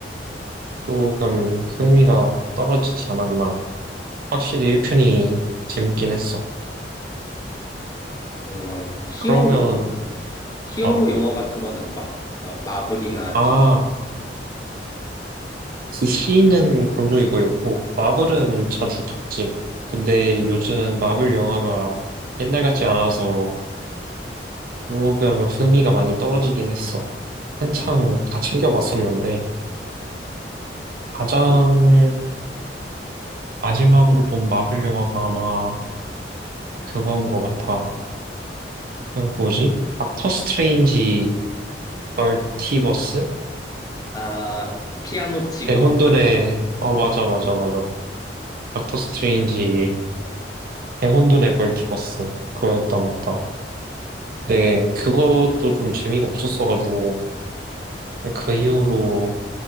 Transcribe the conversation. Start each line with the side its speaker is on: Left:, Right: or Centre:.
Right: 조금 흥미가 떨어지지 않았나. 확실히 1편이 재밌긴 했어.
Left: 그런 히어로
Right: 그러면,
Left: 히어로
Right: 어,
Left: 영화 같은 건 안 봐? 어, 마블이나
Right: 아.
Left: 디지
Right: 디 c 는 본 적 이거였고, 마블은 자주 봤지. 근데 요즘 마블 영화가 옛날 같지 않아서 조금 흥미가 많이 떨어지긴 했어. 한창
Left: 음.
Right: 다 챙겨봤었는데, 가장 마지막으로 본 마블 영화가 아마 그건 것 같아. 그 뭐지? 닥터 스트레인지 벌티버스였나?
Left: 아 피아노 치고
Right: 대혼돈의,
Left: 막 그러는 거
Right: 어, 맞아, 맞아, 맞아. 닥터 스트레인지 대혼돈의 벌티버스. 그거였던 것 같다. 네, 그것도 좀 재미가 없었어가지고, 근데 그 이후로